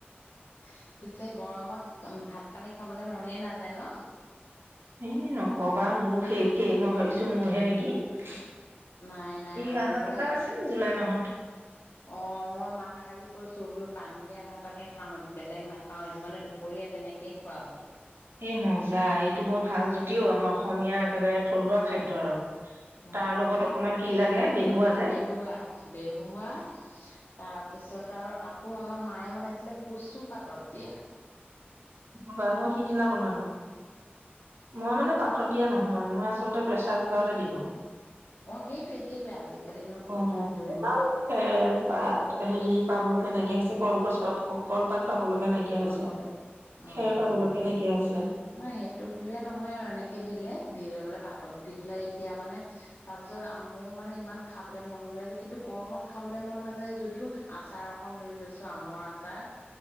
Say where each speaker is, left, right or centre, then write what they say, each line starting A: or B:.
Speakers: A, on the left; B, on the right.
A: পিছে গৰমত ভাত পানী খাবলৈ মনেই নাযায় ন
B: এই নকবা মোৰো সেই একেই মই ভাবিছো ছো মোৰহে নেকি ই
A: নাই নাই আজি
B: অহা
A: যে
B: কথা আছে নেকি জুলাই মাহত
A: অ', মই মাক আজি কৈছো বোলো পানী দিয়া ভাতকে খাম আজি বেলেগ নাখাও সেইটো মানে দুপৰীয়া তেনেকেই খোৱা হ'ল
B: এ মজা এইটো বৰ ভাল জুতিও আমাৰ অস সমীয়া একেবাৰে থলুৱা খাদ্য আৰু
A: উ
B: তাৰ লগত অকমান কি লাগে বেহুৱা যে
A: বেহুৱা বেহুৱা তাৰপিছত তাৰ আকৌ আমাৰ মায়ে বনাইছিলে কচু পাতত দিয়া
B: বা মই সিদিনা বনালো মই মানে পাতত দিয়া নহয় মই আচলতে প্ৰেছাৰ কুকাৰতে দিলো
A: অ সেইটোৱে সেইটোৱে আজিকালিনো ক'ত
B: অ
A: জুইত ধৰিব
B: ক'ত আৰু খেৰ পাত হেৰি পাবলৈকে নাইকিয়া হৈছে কলগছ পাব কলপাত পাবলৈকে নাইকিয়া হৈছে
A: খাবলৈ অ
B: খেৰ পাবলৈকে নাইকিয়া হৈছে
A: ন সেইটো বুলিয়ে নহয় আৰু এনেকে দিলে দি লৈ পেলাই পাতত দি পেলাই এতিয়া মানে তাৰ পিছত মোৰ মানে ইমান খাবলৈ মন গৈ আছে কিন্তু গৰমত খাবলৈ মন নাযায় যদিও আচাৰ অকন লৈ লৈছো আমৰ আচাৰ